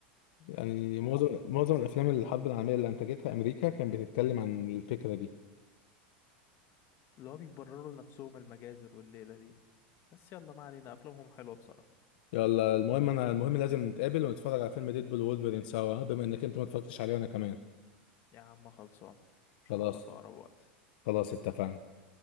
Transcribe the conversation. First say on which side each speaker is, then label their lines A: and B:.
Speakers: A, on the left; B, on the left.
A: مم،
B: يعني معظم
A: يا عم
B: معظم الافلام الحرب العالميه اللي انتجتها امريكا كان بتتكلم عن الفكره دي
A: اللي هو بيبرروا لنفسهم المجازر والليلة دي بس يلا ما علينا أفلامهم حلوة بصراحة
B: يلا المهم انا المهم لازم نتقابل ونتفرج على فيلم ديدبول وولفرين سوا بما انك انت ما اتفرجتش عليه وانا كمان
A: يا عم خلصان إن شاء
B: خلاص
A: الله في أقرب وقت
B: خلاص اتفقنا